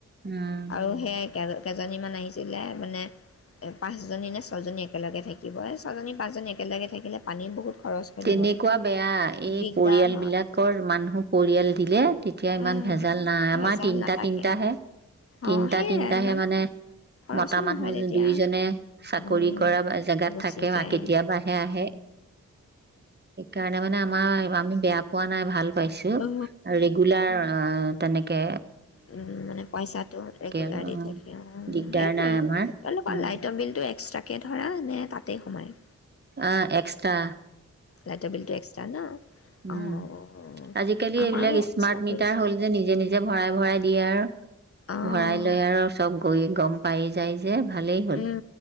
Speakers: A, on the right; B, on the left.
A: উম
B: আৰু সেয় কেইজনীমান আহিছিলে মানে এ পাঁচজনী নে ছয়জনী একেলগে থাকিব ছয়জনী পাঁচজনী একেলগে থাকিলে পানীৰ বহুত খৰচ হয়
A: তেনেকুৱা
B: নহয়
A: বেয়া এই
B: দিগদাৰ
A: পৰিয়াল
B: হয়
A: বিলাকৰ মানুহক পৰিয়াল দিলে তেতিয়া ইমান
B: উম,
A: ভেজাল নাই
B: ভেজাল
A: আমাৰ তিনটা
B: নাথাকে
A: তিনটাহে
B: অ
A: তিনটা
B: সেয়াই
A: তিনটাহে
B: ইমান
A: মানে
B: খৰচো
A: মতা মানুহ
B: নহয় তেতিয়া
A: দুইজনে চাকৰি
B: উম,
A: কৰা জেগাত
B: গুচি
A: থাকে
B: যায়
A: বা কেতিয়াবাহে আহে সেইকাৰণে আমাৰ আমি বেয়া পোৱা নাই ভাল পাইছে
B: অ
A: ৰেগুলাৰ তেনেেকে
B: উ মানে পইচাটো ৰেগুলাৰ
A: আৰু অ
B: দি থাক সেইটোৱে
A: দিগদাৰ নাই আমাৰ
B: তেওঁলোকৰ
A: উম
B: লাইটৰ বিলটো এক্সট্ৰাকে ধৰা নে তাতেই সোমাই
A: অ এক্সটা্ৰা
B: লটাৰ বিিলটো এক্সট্ৰা ন
A: উম
B: অঁ
A: আজিকালি
B: আমাৰো
A: এইবিলাক স্মাৰ্ট
B: এক্সট্ৰা
A: মিটাৰ
B: কৰিছে
A: হ'ল যে নিজে নিজে ভৰাই ভৰাই দি ইয়াৰ
B: অঁ
A: ভৰাই লৈ আৰু চব হৈ গম পাই যায় যে ভালেই হ'ল
B: উম